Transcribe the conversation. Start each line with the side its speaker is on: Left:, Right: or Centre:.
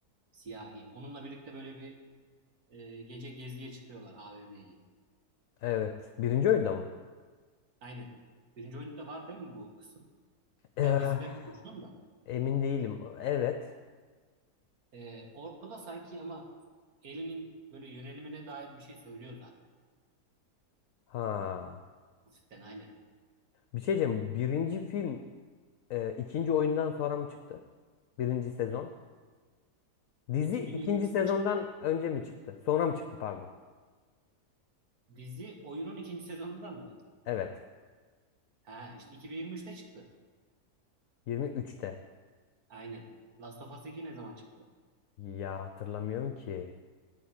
Right: siyahi. Onunla birlikte böyle bir e, gece geziye çıkıyorlar AVM'yi.
Left: Evet. Birinci oyunda mı?
Right: Aynen. Birinci oyunda var değil mi bu kısım?
Left: Eee,
Right: Ben diziden konuşuyorum da.
Left: emin değilim. Evet.
Right: E, orada sanki ama Ellie'nin böyle yönelimine dair bir şey söylüyor zaten.
Left: Ha.
Right: Hafiften aynen.
Left: Bir şey diyeceğim. Birinci film e, ikinci oyundan sonra mı çıktı? Birinci sezon. Dizi
Right: 2023'te
Left: ikinci sezondan
Right: çıktı.
Left: önce mi çıktı? Sonra mı çıktı pardon.
Right: Dizi oyunun ikinci sezonundan mı?
Left: Evet.
Right: Ha işte 2023'te çıktı.
Left: 23'te.
Right: Aynen. Last of Us 2 ne zaman çıktı?
Left: Ya hatırlamıyorum ki.